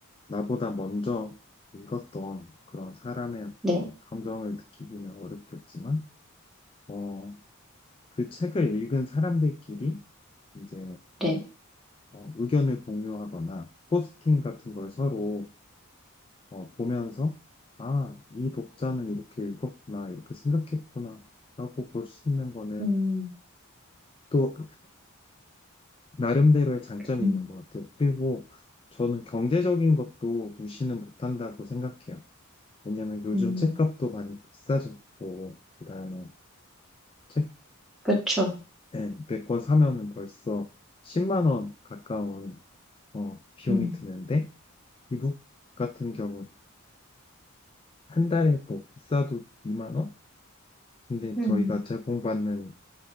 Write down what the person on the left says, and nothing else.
나보다 먼저 읽었던 그런 사람의 어떤
감정을 느끼기는 어렵겠지만, 어, 그 책을 읽은 사람들끼리 이제
어, 의견을 공유하거나 포스팅 같은 걸 서로 어, 보면서 아, 이 독자는 이렇게 읽었구나, 이렇게 생각했구나 라고 볼 수 있는 거는
또 나름대로의 장점이
있는 것 같아요. 그리고 저는 경제적인 것도 무시는 못한다고 생각해요. 왜냐면 요즘
책값도 많이 비싸졌고, 그다음에 책
예, 100권 사면은 벌써 10만 원 가까운 어, 비용이
드는데, 미국 같은 경우는 한 달에 뭐 비싸도 2만 원? 근데
저희가 제공받는